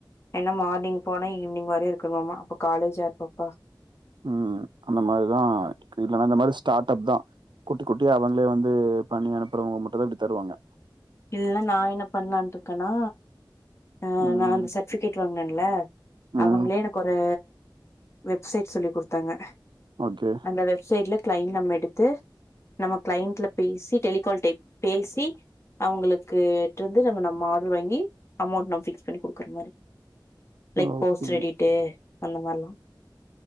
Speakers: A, on the left; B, on the right.
A: என்னா மார்னிங் போனா ஈவினிங் வரையும் இருக்கணுமா அப்ப காலேஜ் அப்பப்பா
B: ம் அந்த மாரிதான் இல்லன்னா இந்த மாரி ஸ்டார்ட் அப் தான் குட்டி குட்டிே அவங்களே வந்து பண்ணி அனுப்புறவங்க மட்டும் தான் இப்டி தருவாங்க
A: இல்ல நான என்ன பண்ணலான் இருக்கேனா ஆ
B: ம்.
A: நான அந்த சர்டிபிகேட் வாங்கினேன் நா அவங்களே
B: ம்.
A: எனக்கு ஒரு வெப்சைட் சொல்லி குடுத்தாங்க
B: ஓகே.
A: அந்த வெப்சைட்ல கிளைண்ட் நம்ம எடுத்து நம்ம கிளைண்டட்ல பேசி டெலிகால் டைப்பேசி அவங்களுக்கு இருந்து நம்ம நம்ம ஆர்டர் வாங்கி அமௌண்ட் நம்ம பிக்ஸ் பண்ணி குடுக்குற மாரி லைக்
B: ஓகே.
A: போஸ்டர் எடிட்டு அந்த மாரிலாம்